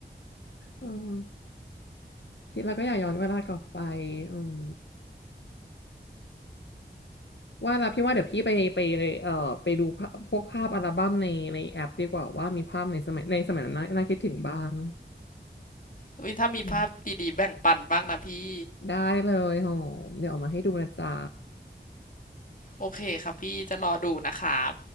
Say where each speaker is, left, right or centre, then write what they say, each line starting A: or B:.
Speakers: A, on the left; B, on the left.
A: อืม คิดแล้วก็อยากย้อนเวลากลับไปอืมว่าแล้วพี่ว่าเดี๋ยวพี่ไปไปเอ่อไปดูภาพพวกภาพอัลบั้มในในแอปดีกว่าว่ามีภาพในสมัยในสมัยนั้นน่าน่าคิดถึงบ้าง
B: เฮ้ยถ้ามีภาพดีๆแบ่งปันบ้างนะพี่
A: อืมได้เลยหอมเดี๋ยวเอามาให้ดูนะจ๊ะ
B: โอเคครับพี่จะรอดูนะครับ